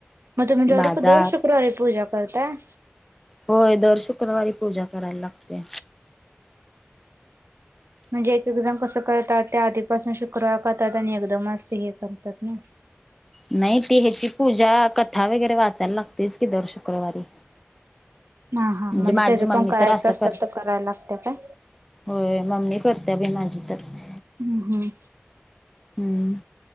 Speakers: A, on the right (about 75°); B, in the centre.
A: मग तुम्ही दर
B: बाजार
A: दर शुक्रवारी पूजा करताय?
B: होय दर शुक्रवारी पूजा करायला लागते.
A: म्हणजे एक एकजण कसं करतात त्या आधीपासून शुक्रवार करतात आणि एकदमच ते हे करतात ना.
B: नाही ते ह्याची पूजा कथा वगैरे वाचायला लागतेच कि, दर शुक्रवारी.
A: हा हा
B: म्हणजे माझी
A: त्याच
B: मम्मी
A: पण करायचं
B: तर अस
A: असतात
B: कर.
A: तर करायला लागतं काय?
B: होय मम्मी करते. त्यावे माझी करते.
A: हम्म हम्म
B: हम्म!